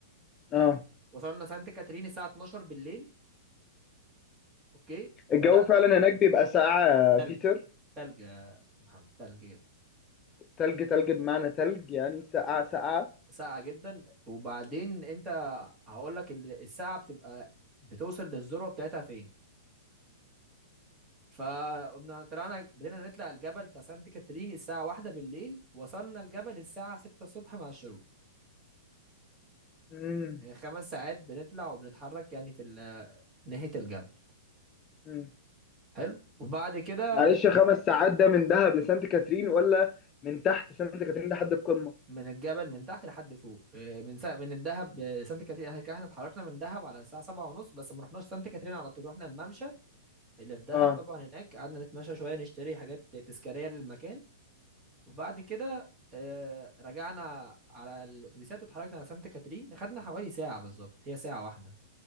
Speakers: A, on the left; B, on the right.
A: اه
B: وصلنا سانت كاترين الساعة 12 بالليل اوكي
A: الجو
B: بدأنا
A: فعلا هناك بيبقى ساقعة يا
B: تلج
A: بيتر
B: تلج يا محمد تلج جدا.
A: تلج تلج بمعنى تلج يعني ساقعة ساقعة
B: ساقعة جدا وبعدين انت هقول لك ال- الساعة بتبقى بتوصل للذروة بتاعتها فين فقمنا طلعنا بدينا نطلع الجبل بتاع سانت كاترين الساعة واحدة بالليل وصلنا الجبل الساعة ستة الصبح مع الشروق
A: مم.
B: يعني خمس ساعات بنطلع وبنتحرك يعني في ال- ناحية الجبل
A: مم.
B: حلو وبعد كده
A: معلش خمس ساعات ده من دهب لسانت كاترين ولا من تحت سانت كاترين لحد القمة
B: من الجبل من تحت لحد فوق اه، من سا... من الدهب اه، سانت كاترين احنا كده احنا اتحركنا من دهب على الساعة سبعة ونص بس ما رحناش سانت كاترين على طول رحنا الممشى اللي في دهب
A: اه
B: طبعا هناك قعدنا نتمشى شوية نشتري حاجات تذكارية للمكان وبعد كده آه، رجعنا على الأتوبيسات واتحركنا على سانت كاترين أخدنا حوالي ساعة بالظبط هي ساعة واحدة